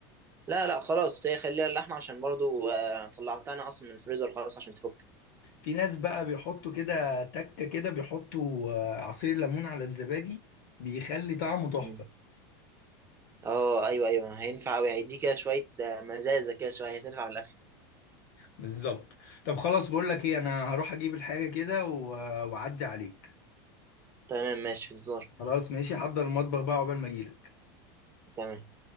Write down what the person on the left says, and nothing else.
في ناس بقى بيحطوا كده تكة كده بيحطوا آه، عصير ليمون على الزبادي بيخلي طعمه تحفة
بالظبط طب خلاص بقول لك ايه انا هروح اجيب الحاجة كده و- واعدي عليك
خلاص ماشي حضر المطبخ بقى عقبال ما اجيلك